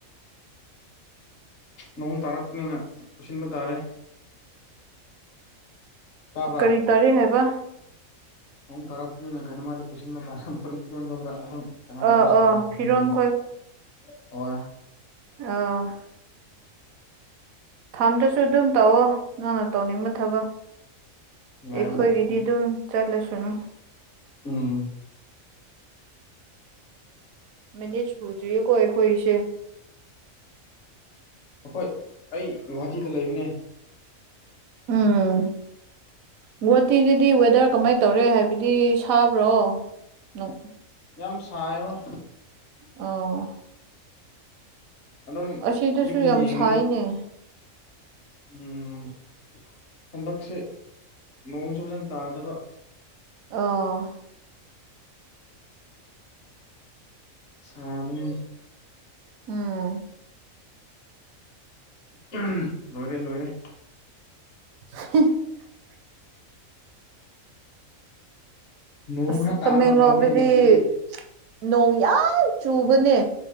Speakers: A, on the left; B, on the right.
A: ꯅꯣꯡ ꯇꯥꯔꯛꯄꯅꯤꯅ ꯄꯨꯁꯤꯟꯕ ꯇꯥꯔꯦ ꯇꯥꯕ꯭ꯔꯥ
B: ꯀꯔꯤ ꯇꯥꯔꯤ ꯍꯥꯏꯕ
A: ꯅꯣꯡ ꯇꯥꯔꯛꯄꯅꯤꯅ ꯀꯩꯅꯣꯃꯗꯨ ꯄꯨꯁꯤꯟꯕ ꯇꯥꯔ ꯐꯨꯔꯤꯠ ꯐꯤꯔꯣꯟꯗꯣ ꯈꯔ ꯑꯗꯨꯝ ꯀꯩꯅꯣ
B: ꯑ
A: ꯋꯥꯔꯤ ꯁꯥꯅꯤ
B: ꯑ
A: <unintelligible>
B: ꯐꯤꯔꯣꯟ
A: ꯍꯣꯏ
B: ꯑ ꯊꯝꯗꯔ꯭ꯁꯨ ꯑꯗꯨꯝ ꯇꯧꯑꯣ ꯅꯪꯅ ꯇꯧꯅꯤꯡꯕ ꯊꯕꯛ
A: ꯌꯥꯏ
B: ꯑꯩꯈꯣꯏꯒꯤꯗꯤꯗꯨꯝ
A: ꯌꯥꯏ
B: ꯆꯠꯂꯁꯅꯨ
A: ꯎꯝ
B: ꯃꯤꯅꯤꯠ ꯁꯨꯗꯔ꯭ꯤꯌꯦꯀꯣ ꯑꯩꯈꯣꯏꯒꯤꯁꯦ
A: ꯑꯈꯣꯏ ꯑꯩ ꯒꯨꯍꯥꯇꯤꯗ ꯂꯩꯕꯅꯦ
B: ꯎꯝ ꯒꯨꯋꯥꯇꯤꯗꯗꯤ ꯋꯦꯗꯔ ꯀꯃꯥꯏ ꯇꯧꯔꯦ ꯍꯥꯏꯕꯗꯤ ꯁꯥꯕ꯭ꯔꯣ ꯅꯣꯡ
A: ꯌꯥꯝ ꯁꯥꯏ ꯍꯣꯏ
B: ꯑꯧ
A: ꯑꯗꯨꯝ
B: ꯑꯁꯤꯗꯁꯨ
A: ꯌꯨꯝꯗ
B: ꯌꯥꯝ
A: ꯌꯦꯡꯉꯅꯤ
B: ꯁꯥꯏꯅꯦ
A: ꯎꯝ ꯍꯟꯗꯛꯁꯦ ꯅꯣꯡꯁꯨ ꯐꯖꯅ ꯇꯥꯗꯕ
B: ꯑꯣ
A: ꯁꯥꯕꯅꯤꯅꯦ
B: ꯎꯝ
A: ꯂꯣꯏꯔꯦ ꯂꯣꯏꯔꯦ
B: <unintelligible>
A: ꯅꯣꯡ
B: ꯑꯁ
A: ꯈꯔ ꯇꯥꯕꯅ
B: ꯇꯃꯦꯡꯂꯣꯡꯗꯗꯤ
A: ꯐꯕꯅꯦ ꯅꯠꯇ꯭ꯔꯗꯤ
B: ꯅꯣꯡ ꯌꯥꯝ ꯆꯨꯕꯅꯦ